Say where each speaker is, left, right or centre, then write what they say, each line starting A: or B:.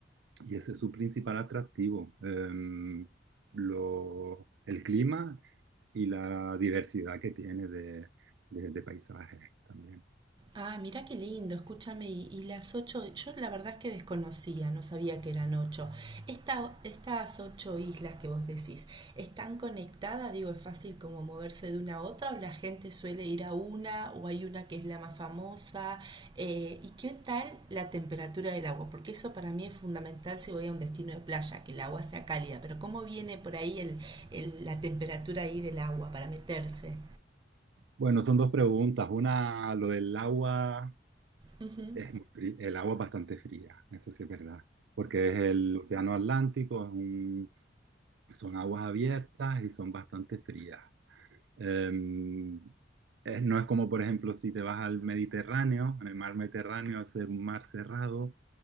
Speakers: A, on the right; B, on the right.
A: y ese es su principal atractivo. em, lo- el clima y la diversidad que tiene de, de- de paisajes también.
B: Ah, mirá qué lindo, escúchame, y, y las ocho, yo la verdad es que desconocía, no sabía que eran ocho. Esta, estas ocho islas que vos decís, ¿están conectadas? Digo, ¿es fácil como moverse de una a otra o la gente suele ir a una o hay una que es la más famosa? Eh, ¿y qué tal la temperatura del agua? Porque eso para mí es fundamental si voy a un destino de playa, que el agua sea cálida, pero ¿cómo viene por ahí el, el- la temperatura ahí del agua para meterse?
A: Bueno, son dos preguntas. Una, lo del agua,
B: Ujú,
A: es muy frí- el agua es bastante fría, eso sí es verdad, porque es el océano Atlántico, es un- son aguas abiertas y son bastante frías. Em, eh, no es como, por ejemplo, si te vas al Mediterráneo, en el mar Mediterráneo, al ser un mar cerrado,